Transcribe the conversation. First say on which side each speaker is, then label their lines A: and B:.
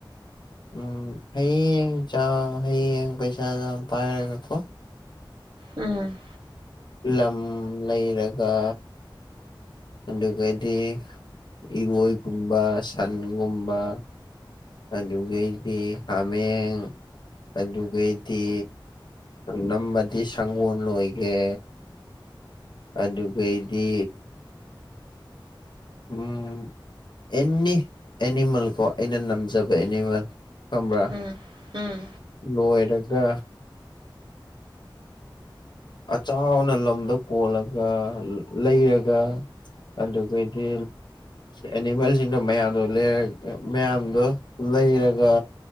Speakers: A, on the left; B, on the right.
A: ꯎꯝ ꯍꯌꯦꯡ ꯆ ꯍꯌꯦꯡ ꯄꯩꯁꯥ ꯖꯥꯝ ꯄꯥꯏꯔꯒ ꯀꯣ
B: ꯎꯝ
A: ꯂꯝ ꯂꯩꯔꯒ ꯑꯗꯨꯒꯗꯤ ꯏꯔꯣꯏꯒꯨꯝꯕ ꯁꯟꯒꯨꯝꯕ ꯑꯗꯨꯒꯩꯗꯤ ꯍꯥꯃꯦꯡ ꯑꯗꯨꯒꯩꯗꯤ ꯅꯝꯃꯗꯤ ꯁꯪꯒꯣꯟ ꯂꯣꯏꯒꯦ ꯑꯗꯨꯒꯩꯗꯤ ꯎꯝ ꯑꯦꯟꯅꯤ ꯑꯦꯅꯤꯃꯜ ꯀꯣ ꯑꯩꯅ ꯅꯝꯖꯕ ꯑꯦꯅꯤꯃꯦꯜ ꯈꯝꯕ꯭ꯔꯥ
B: ꯎꯝ ꯎꯝ
A: ꯂꯣꯏꯔꯒ ꯑꯆꯥꯎꯅ ꯂꯝꯗꫭ ꯀꯣꯜꯂꯒ ꯂꯩꯔꯒ ꯑꯗꯨꯒꯗꯤ ꯑꯦꯅꯤꯃꯦꯜꯖꯤꯡꯗꯣ ꯃꯌꯥꯝꯗꯣ ꯂꯩꯔ ꯃꯌꯥꯝꯗꯣ ꯂꯩꯔꯒ